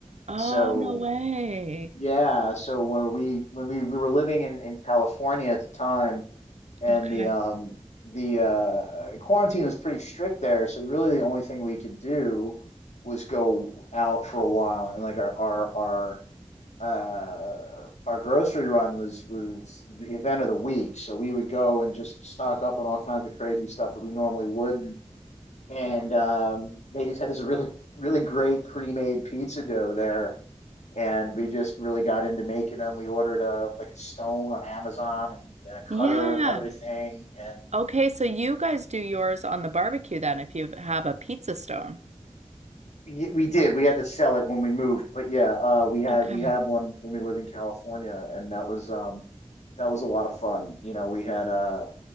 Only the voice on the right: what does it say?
oh,
no way.
Okay.
Yeah.
Okay, so you guys do yours on the barbecue then if you have a pizza stone.
Okay.